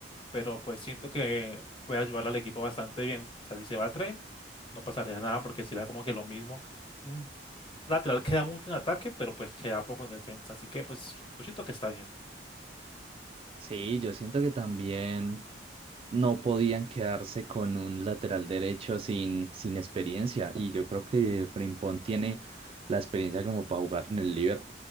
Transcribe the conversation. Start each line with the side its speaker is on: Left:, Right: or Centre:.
Left: pero pues siento que puede ayudar al equipo bastante bien. O sea, si se va a Tren, no pasaría nada porque será como que lo mismo. Un lateral queda mucho en ataque, pero pues queda poco en defensa. Así que pues yo siento que está bien.
Right: Sí, yo siento que también no podían quedarse con un lateral derecho sin, sin experiencia. Y yo creo que Frimpong tiene la experiencia como para jugar en el Liverpool.